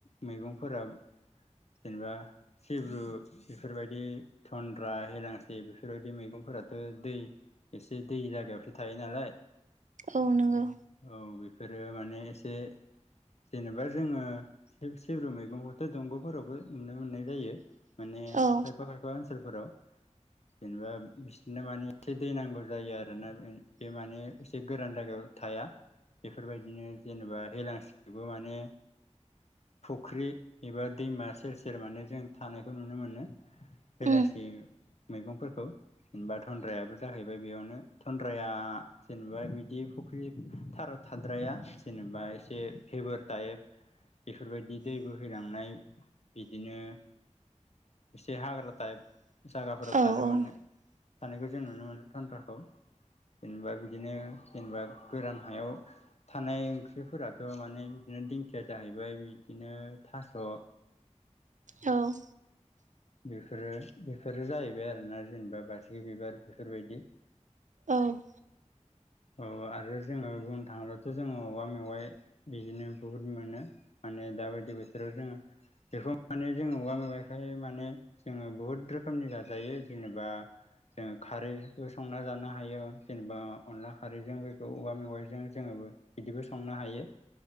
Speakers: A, on the left; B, on the right.
A: मैगंफोरा जेनेबा सिब्रु बेफोरबायदि थन्द्रा हेलांसि बेफोरबायदि मैगं फोरथ' दै एसे दै जायागायावसो थायो नालाय
B: औ नंगौ।
A: औ बेफोरो माने एसे जेनेबा जोङो सिब्रु मैगंखौथ' दंग फोरावबो नुनो मोननाय जायो माने
B: औ
A: खायफा खायफा ओनसोलफोराव जेनेबा बिसोरनो माने एसे दै नांगौ जायो आरोना बे माने एसे गोरान जायगायाव थाया बेफोरबायदिनो जेनेबा हेलांसिखोबो माने फुख्रि एबा दैमा सेर सेर माने जों थानायखौ नुनो मोनो। बेलासि
B: ओम
A: मैगंफोरखौ। जेनेबा थन्द्रायाबो जाहैबाय बेयावनो थन्द्राया जेनेबा बिदि फुख्रि थार थाद्राया जेनेबा एसे फेबार टाइप बेफोरबायदि दै बोहैलांनाय बिदिनो एसे हाग्रा टाइप जायगाफोराव
B: औ
A: थानो
B: ओम
A: मोनो थानायखौ जों नुनो मोनो थन्द्राखौ। जेनेबा बिदिनो जेनेबा गोरान हायाव थानाय ओंख्रिफोराथ' माने बिदिनो दिंखिया जाहैबाय बिदिनो थास'।
B: औ
A: बेफोरो बेफोरो जाहैबाय आरोना जेनेबा बासिगि बिबार बेफोरबायदि <inaudible>
B: औ
A: <inaudible> औ आरो जोङो बुंनो थाङोब्लाथ' जोङो औवा मेवाइ बिदिनो बुहुद मोनो माने। दा बायदि बोथोराव जोङो बेखौ माने जोङो औवा मेवाइखाय माने जोङो बुहुद रोखोमनि जाजायो जेनेबा जोङो खारैबो संना जानो हायो जेनेबा अनला खारैजों बेखौ औवा मेवाइजों जोङो बिदिबो संनो हायो।